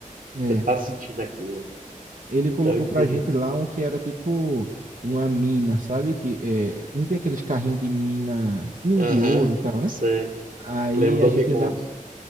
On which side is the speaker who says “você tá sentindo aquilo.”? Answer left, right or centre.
Right